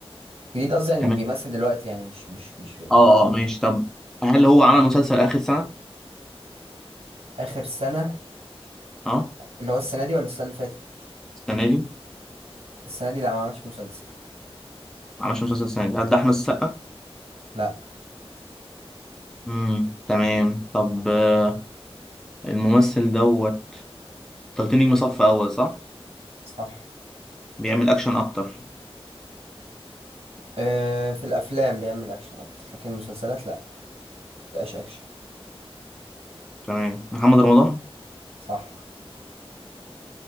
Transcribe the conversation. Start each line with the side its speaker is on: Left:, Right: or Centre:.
Right: جديد قصدي يعني
Centre: تمام
Right: بيمثل دلوقتي يعني مش مش مش في ال...
Centre: اه اه ماشي طب هل هو عمل مسلسل اخر سنة؟
Right: اخر سنة
Centre: اه
Right: اللي هو السنة دي ولا السنة اللي فاتت
Centre: السنة دي ما
Right: السنة دي لا ما عملش مسلسل
Centre: عملش مسلسل السنة دي هل ده احمد السقا؟
Right: لا
Centre: امم تمام طب آه، الممثل دوت انت قلت لي نجم صف اول صح؟
Right: صح
Centre: بيعمل اكشن اكتر
Right: آه في الافلام بيعمل اكشن اكتر لكن المسلسلات لا مبتبقاش اكشن
Centre: تمام محمد رمضان
Right: صح